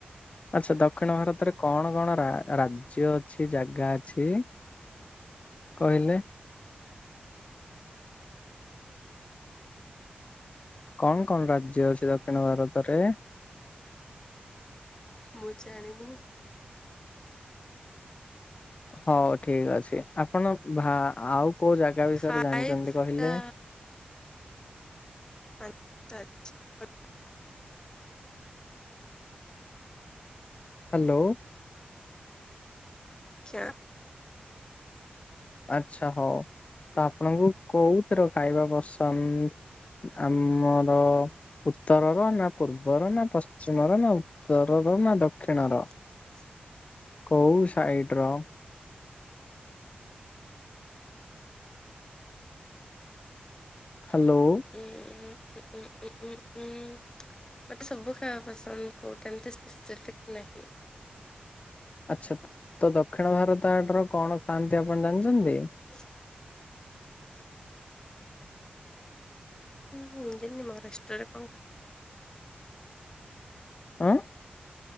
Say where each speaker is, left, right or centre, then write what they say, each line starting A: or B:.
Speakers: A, on the left (about 35°); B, on the left (about 20°).
A: ଆଚ୍ଛା ଦକ୍ଷିଣ ଭାରତରେ କଣ କଣ ରା- ରାଜ୍ୟ ଅଛି ଜାଗା ଅଛି? କହିଲେ? କଣ କଣ ରାଜ୍ୟ ଅଛି ଦକ୍ଷିଣ ଭାରତରେ?
B: ମୁଁ ଜାଣିନି।
A: ହଉ ଠିକ ଅଛି। ଆପଣ ଭା-ଆଉ କୋଉ ଜାଗା ବିଷୟରେ
B: ଫାଇଭ୍
A: ଜାଣିଚନ୍ତି କହିଲେ?
B: ଟା <inaudible>
A: ହାଲୋ।
B: ଖ୍ୟ
A: ଆଚ୍ଛା ହଉ ତ ଆପଣଙ୍କୁ କୋଉଥିର ଖାଇବା ପସନ୍ଦ? ଆମର ଉତ୍ତରର ନା ପୂର୍ବର ନା ପଶ୍ଚିମର ନା ଉତ୍ତର? ନା ଦକ୍ଷିଣର
B: <inaudible>
A: କୋଉ ସାଇଟର ହ୍ୟାଲୋ।
B: ଉଁ ଉ ଉଁ ଉ ଉଁ ଉଁ ମୋତେ ସବୁ ଖାଇବା ପସନ୍ଦ କେଉଁଟା ଏମିତି ସ୍ପେସିଫିକ୍ ନାହିଁ।
A: ଆଚ୍ଛା ତ ଦକ୍ଷିଣ ଭାରତ ଆଡର କଣ ଖାଆନ୍ତି ଆପଣ ଜାଣିଚନ୍ତି?
B: <inaudible> ହଁ ଯେମିତୀ ମହାରାଷ୍ଟ୍ରରେ କଣ କ
A: ଆଁ?